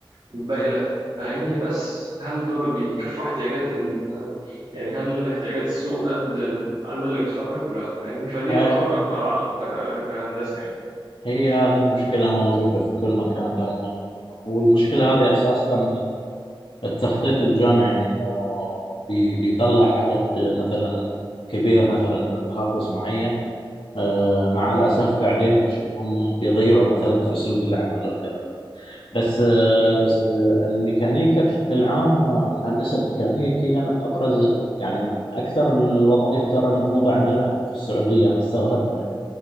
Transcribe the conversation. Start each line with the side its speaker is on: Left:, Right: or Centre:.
Right: والباقي لأ فاهمني بس هل دول بيكفوا احتياجات ال... يعني هل احتياجات السوق قد العدد اللي بيتخرج؟ لأ فاهمني فدي
Left: آه،
Right: يعتبر أكبر عائق آه، كهندسة يعني.
Left: هي هذه المشكلة موجودة في كل مكان دائما والمشكلة هذه أساسها
Right: مم.
Left: من التخطيط الجامعي إنه بي- بيطلع عدد مثلا كبير مثلا من تخصص معين آه، مع
Right: مم.
Left: الأسف بعدين بتشوفهم بيضيعوا مثلا في سوق العمل وكذا بس آه،
Right: مم.
Left: الميكانيكا بشكل عام آه، الهندسة الميكانيكية من أبرز ال... يعني من أكثر الوظائف ترى المطلوبة عندنا إحنا في السعودية أنا استغرب إنك